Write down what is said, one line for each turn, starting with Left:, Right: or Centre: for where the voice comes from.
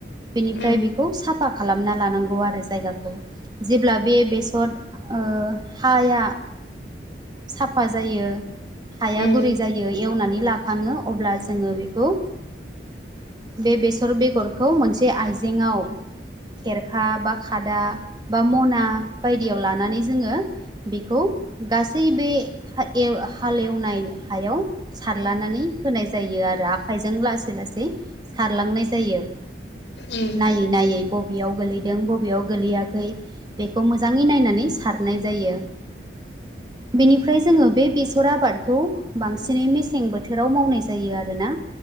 Right: बेनिफ्राय
Left: उम
Right: बेखौ साफा खालामना लानांगौ आरो जायगाखौ। जेब्ला बे बेसर ओ हाया साफा जायो हाया
Left: उम
Right: गुरै जायो एवनानै लाखाङो अब्ला जोङो बेखौ बे बेसर बेगरखौ मोनसे आइजेेंआव खेरखा बा खादा बा मना बायदियाव लानानै जोङो बेखौ गासै बे हा एव हालेवनाय हायाव सारलानानै होनाय जायो आरो आखाइजों लासै लासै सारलांनाय जायो।
Left: उम
Right: नायै नायै बबेयाव गोलैदों बबेयाव गोलैया खै बेखौ मोजाङै नायनानै सारनाय जायो। बेनिफ्राय जोङो बे बेसर आबादखौ बांसिनै मेसें बोथोराव मावनाय जायो आरोना